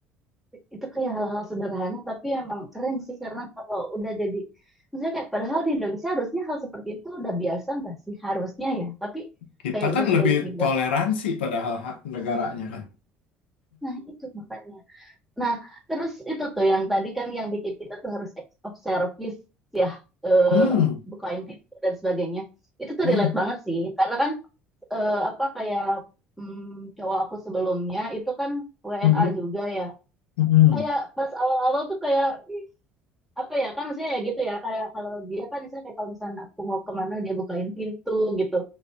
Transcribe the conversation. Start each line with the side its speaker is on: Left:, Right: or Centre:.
Centre: itu kayak hal-hal sederhana tapi emang keren sih karena kalau udah jadi maksudnya kayak padahal di Indonesia harusnya hal seperti itu udah biasa nggak sih harusnya ya tapi
Left: Kita
Centre: kayak
Left: kan
Centre: udah mulai
Left: lebih
Centre: ditinggal
Left: toleransi padahal hak negaranya kan.
Centre: nah itu makanya Nah, terus itu tuh yang tadi kan yang bikin kita tuh harus ex- of service ya, eh,
Left: Hmm,
Centre: bukain pintu dan sebagainya. Itu tuh
Left: hmm,
Centre: relate banget sih, karena kan eh, apa kayak mm, cowok aku sebelumnya itu kan WNA
Left: hmm,
Centre: juga ya.
Left: hmm,
Centre: Kayak pas awal-awal tuh kayak ih, apa ya kan maksudnya ya gitu ya kayak kalau dia kan misalnya kayak kalau misalnya aku mau kemana dia bukain pintu gitu.